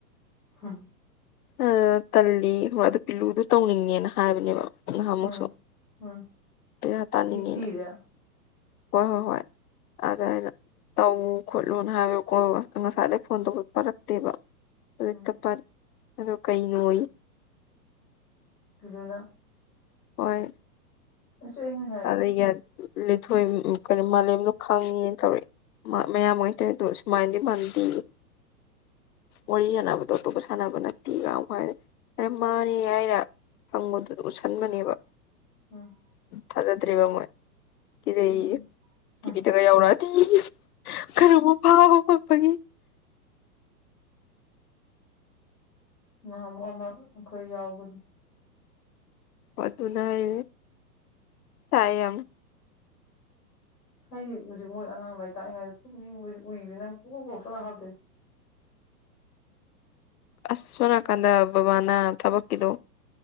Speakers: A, on the left (about 85°); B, on the left (about 65°).
A: ꯍꯝ
B: ꯑꯥ ꯇꯜꯂꯤ ꯑꯗꯨ ꯄꯤꯂꯨꯗꯣ ꯇꯧꯅꯤꯡꯉꯦꯅ ꯍꯥꯏꯕꯅꯦꯕ ꯅꯍꯥꯟ ꯃꯨꯛꯁꯨ
A: ꯎꯝ ꯎꯝ
B: ꯄꯩꯁꯥ ꯇꯥꯟꯅꯤꯡꯉꯤꯅ
A: ꯁꯤꯒꯤꯁꯦ
B: ꯍꯣꯏ ꯍꯣꯏ ꯍꯣꯏ ꯑꯗ ꯑꯩꯅ ꯇꯧ ꯈꯣꯠꯂꯨꯅ ꯍꯥꯏꯕ ꯀꯣꯜ ꯉꯁꯥꯏꯗꯒꯤ ꯐꯣꯟ ꯇꯧꯕ ꯄꯥꯏꯔꯛꯇꯦꯕ ꯍꯖꯤꯛꯇ
A: ꯎꯝ
B: ꯄꯥꯏꯔꯛ ꯑꯗꯣ ꯀꯩꯅꯣꯌꯦ
A: ꯄꯤꯂꯨꯅ
B: ꯍꯣꯏ
A: ꯑꯁ ꯑꯩ ꯉꯁꯥꯏ
B: ꯑꯥꯗꯩ ꯌꯠ ꯂꯤꯟꯊꯣꯏ ꯎꯝ ꯀꯩꯅꯣ ꯃꯥꯂꯦꯝꯗꯣ ꯈꯪꯉꯦꯅ ꯇꯧꯔꯛꯑꯦ ꯃꯌꯥꯝ ꯒꯩ ꯇꯧꯋꯦꯗꯣ ꯁꯨꯃꯥꯏꯅꯗꯤ ꯃꯥꯟꯗꯦꯌꯦ
A: <inaudible>
B: ꯋꯥꯔꯤ ꯁꯥꯟꯅꯕꯗꯣ ꯑꯇꯣꯞꯄ ꯁꯥꯟꯅꯕ ꯅꯠꯇꯦ ꯌꯥꯎ ꯍꯥꯏ ꯑꯗꯩ ꯃꯥꯅꯦ ꯑꯩꯅ ꯐꯪꯕꯗꯨ ꯎꯠꯁꯟꯕꯅꯦꯕ
A: ꯎꯝ
B: ꯊꯖꯗ꯭ꯔꯤꯕ ꯃꯣꯏ ꯀꯤꯖꯩ
A: ꯎꯝ
B: ꯌꯦ ꯇꯤꯚꯤꯗꯒ
A: ꯎꯝ
B: ꯌꯥꯎꯔꯛꯑꯗꯤ ꯈꯔꯕꯨ ꯐꯥꯕ ꯄꯒꯤ
A: ꯉꯍꯥ ꯑꯃꯨꯛ ꯑꯃ ꯑꯩꯈꯣꯏ ꯌꯥꯎꯕꯗꯣ
B: ꯑꯣ ꯑꯗꯨꯅ ꯍꯥꯏ ꯊꯥꯏ ꯌꯥꯝ
A: ꯑꯩꯗꯤ ꯍꯧꯖꯤꯛ ꯃꯣꯏ ꯑꯉꯥꯡ ꯂꯥꯏꯔꯤꯛ ꯇꯥꯛꯏꯉꯩꯗ ꯇꯨꯝꯅꯤꯡꯕꯁꯤ ꯎꯏꯕꯅꯤ ꯅꯪ ꯀꯣꯛ ꯀꯣꯛꯁꯨ ꯍꯥꯛꯇꯦ <inaudible>
B: ꯑꯁ ꯁꯣꯝꯅꯀꯟꯗ ꯕꯥꯕꯅꯥ ꯊꯕꯛꯀꯤꯗꯣ